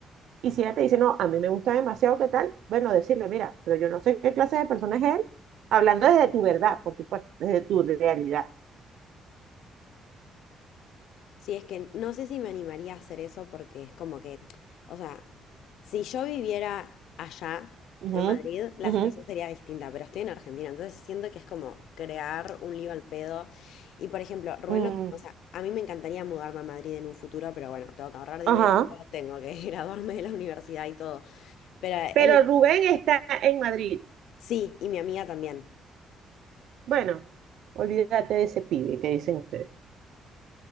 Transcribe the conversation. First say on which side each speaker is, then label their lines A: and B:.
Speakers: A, on the right (about 75°); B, on the left (about 80°).
A: y si ella te dice, no, a mí me gusta demasiado, ¿qué tal? Bueno, decirle, mira, pero yo no sé qué clase de persona es él, hablando desde tu verdad, por supuesto, desde tu realidad.
B: Sí, es que no sé si me animaría a hacer eso porque es como que, o sea, si yo viviera allá
A: Ujú,
B: en Madrid, la
A: ujú,
B: situación sería distinta, pero estoy en Argentina, entonces siento que es como crear un lío al pedo. Y por ejemplo, Rubén,
A: mm,
B: lo- que- o sea, a mí me encantaría mudarme a Madrid en un futuro, pero bueno, tengo que ahorrar dinero,
A: ajá.
B: tengo que <laughs> graduarme de la universidad y todo. Pero
A: Pero
B: él
A: Rubén está en Madrid.
B: sí, y mi amiga también.
A: Bueno, olvídate de ese pibe que dicen ustedes.